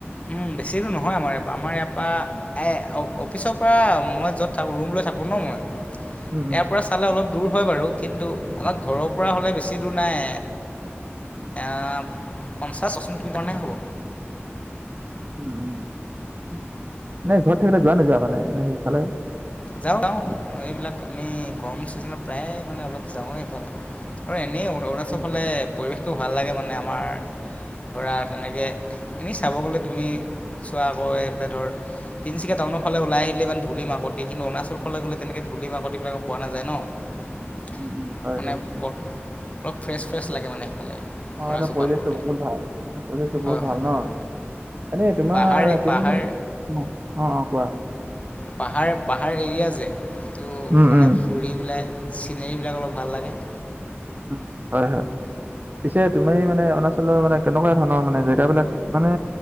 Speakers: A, on the left; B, on the right.
A: উম উ উ, বেছি দূৰ নহয় আমাৰ ইয়াৰ পৰা আমাৰ ইয়াৰ পৰা এ এ অ অফিচৰ পৰা মই য'ত তাকো ৰুম লৈ থাকোঁ ন মই
B: উম উম
A: ইয়াৰ পৰা চালে অলপ দূৰ হয় বাৰু কিন্তু আমাক ঘৰৰ পৰা হ'লে বেছি দূৰ নাই এ এ এ। এ আ আ আ, পঞ্চাছ পচপন কিলোমিটাৰণে হ'ব।
B: উম উ উ, উমহ, নাই ঘৰত থাকিলে যোৱা নোযোৱা মানে সেইফালে।
A: যাওঁ যাওঁ এইবিলাক আমি গৰম ছিজনত প্ৰায়ে মানে অলপ যাওঁৱেই এইফালে। আৰু এনেই অৰু অৰুণাচল
B: উম
A: ফালে পৰিৱেশটো ভাল লাগে মানে আমাৰ ছিট ছিট। ধৰা তেনেকৈ এহ্ এনেই চাব গ'লে তুমি চোৱা আকৌ এইফালে ধৰ তিনিচুকীয়া টাউনৰফাল ওলাই আহিলে ইমান ধূলি মাকুম গে কিন্তু অৰুণাচল ফাললৈ গ'লে তেনেকে ধূলি-বাকতিবিলাক পোৱা নাযায় ন কু আপ
B: উম উম উম হয়
A: মানে
B: হয়
A: বত অলপ ফ্ৰেছ-ফ্ৰেছ লাগে মানে সেইফালে।
B: অ
A: ঘূৰা
B: তাৰ
A: চুকা
B: পৰিৱেশটো
A: কৰোঁতে
B: বহুত ভাল। তাত পৰিৱেশটো
A: হয়
B: বহুত
A: হয়
B: ভাল ন। এনে তোমাৰ
A: পাহাৰ পাহাৰ
B: তুমি শুন অ অ কোৱা।
A: পাহাৰ পাহাৰ এৰিয়া যে তো
B: উম
A: মানে
B: উম
A: হ হ। ফুৰি পেলাই চিনেৰিবিলাক অলপ ভাল লাগে।
B: উম হয় হয়, পিছে তুমি মানে অনা ধৰিলোৱা মানে কেনেকুৱা ধৰণৰ মানে জেগা বিলাক মানে